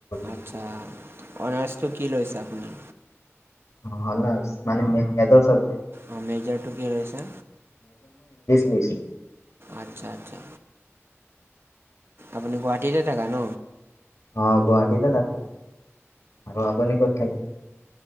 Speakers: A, on the left; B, on the right.
A: আছো
B: আচ্ছা
A: এইটো
B: অনাৰ্চটো কি লৈছে আপুনি?
A: <unintelligible> মানে মেজ - মেজত চাবজেক্ট
B: অ, মেজাৰটো কি লৈছা?
A: পইছা?
B: আচ্ছা-আচ্ছা। আপুনি গুৱাহাটীতে থাকা ন?
A: অ, গুৱাহাটীতে থাকো আৰু আপুনি ক'ত থাকে?